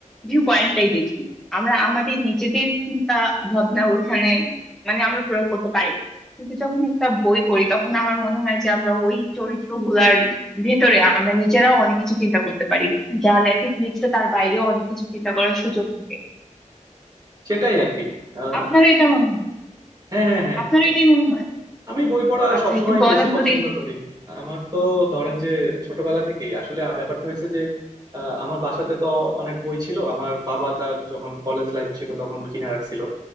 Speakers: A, in the centre; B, on the right.
A: ভিউ পয়েন্টটাই দেখি আমরা আমাদের নিজেদের চিন্তা ভাবনা ওইখানে মানে আমরা প্রয়োগ করতে পারি না। কিন্তু যখন একটা বই পড়ি তখন আমার মনে হয় যে আমরা ওই চরিত্রগুলার ভেতরে আমরা নিজেরাও অনেক কিছু চিন্তা করতে পারি যা লেখক লিখছে তার বাইরেও অনেক কিছু চিন্তা করার সুযোগ থাকে
B: সেটাই আর কি আহ,
A: আপনারও এটা মনে হয়
B: হ্যাঁ হ্যাঁ হ্যাঁ
A: আপনারও এটাই মনে হয়
B: আমি বই পড়া
A: আচ্ছা
B: সবসময়
A: একটু বলেন
B: বেশি পছন্দ
A: তো দেখি
B: করি আমার তো ধরেন যে ছোটবেলা থেকেই আসলে আ- ব্যাপারটা হয়েছে যে আহ, আমার বাসাতে তো অনেক বই ছিল আমার বাবা তার যখন কলেজ লাইফ ছিল তখন কিনে রাখছিল